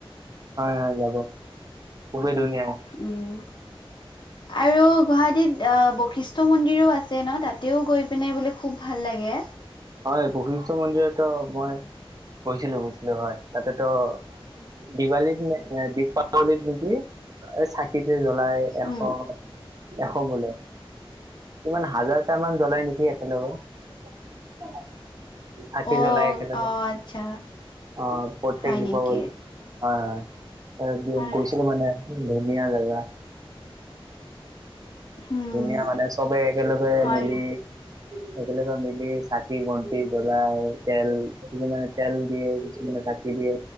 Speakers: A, on the right; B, on the left.
A: হয়, হয় যাব, খুবেই ধুনীয়া।
B: উম। আৰু গুৱাহাটীত অ' বশিষ্ঠ মন্দিৰো আছে ন', তাতেও গৈ পিনে বুলে খুব ভাল লাগে।
A: হয়, বশিষ্ঠ মন্দিৰতো মই গৈছিলোঁ, গৈছিলোঁ হয়। তাতে ত' দীৱালীত নে দীপাৱলীত নেকি, এ চাকি যে জ্বলাই এশ
B: উম
A: এশ বোলে। কিমান হাজাৰটা মান জ্বলাই নেকি একেলগে। <unintelligible> চাকি
B: অ
A: জ্বলায় একেলগে,
B: অ আচ্ছা
A: অঁ প্ৰত্যেক
B: হয়
A: দীপাৱলীত
B: নেকি
A: হয়, হয়। একদিন
B: হয়
A: গৈছিলোঁ মানে, ধুনীয়া জেগা।
B: উম
A: ধুনীয়া মানে, চ'বে একেলগে
B: হয়
A: মিলি
B: হয়
A: একলগে মিলি চাকি, বন্তি জ্বলায় তেল দিও মানে তেল দিয়ে, কিছুমানে চাকি দিয়ে,